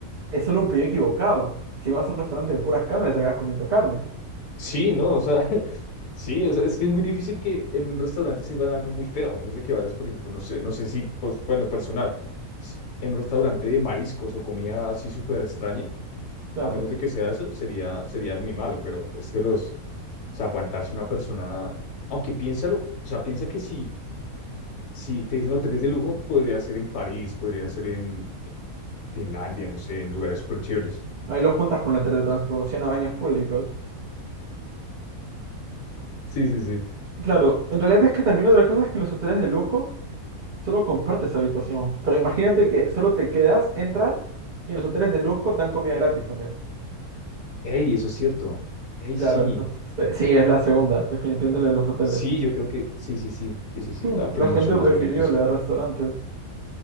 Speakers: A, on the right; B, on the left.
A: es solo un pedido equivocado. Si vas a un restaurante de puras carnes, acabas comiendo carne.
B: sí, ¿no? O sea, <laughs> sí, es, es que es muy difícil que en un restaurante sirvan algo muy feo, a menos de que vayas, por ejemplo, no sé, no sé si, pues, en lo personal, si- en un restaurante de mariscos o comida así súper extraña,
A: Claro.
B: a menos de que sea eso, sería, sería muy malo, pero es que los O sea, aguantarse una persona, aunque piénsalo, o sea, piensa que si, si te dicen hoteles de lujo, podría ser en París, podría ser en Finlandia, no sé, en lugares súper chéveres.
A: Ahí lo juntas con la teletransportación a baños públicos.
B: Sí, sí, sí.
A: Claro, en realidad es que también otra cosa es que en los hoteles de lujo Solo compartes habitación. Pero imagínate que solo te quedas, entras y los hoteles de lujo te dan comida gratis también.
B: Ey, eso es cierto. Ey,
A: Claro,
B: sí.
A: entonces este, sí, es la segunda, definitivamente la de los hoteles.
B: Sí, yo creo que sí, sí, sí, sí, sí, sí,
A: Hmm,
B: claro, tiene
A: la gente
B: mucho más
A: prefirió
B: beneficios.
A: la de restaurantes.